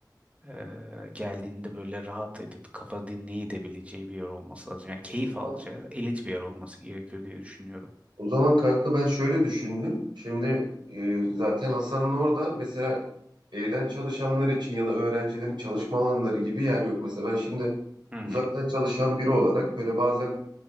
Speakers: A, on the right (about 15°); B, on the right (about 85°).
A: e, geldiğinde böyle rahat edip kafa dinleyebileceği bir yer olması lazım. Yani keyif
B: O zaman,
A: alacağı elit bir yer olması gerekiyor diye düşünüyorum.
B: o zaman kanka ben şöyle düşündüm. Şimdi e, zaten Hasan'ın orada mesela evden çalışanlar için ya da öğrencilerin çalışma alanları gibi yer yok. Mesela ben şimdi
A: Hmm.
B: uzaktan çalışan biri olarak böyle bazen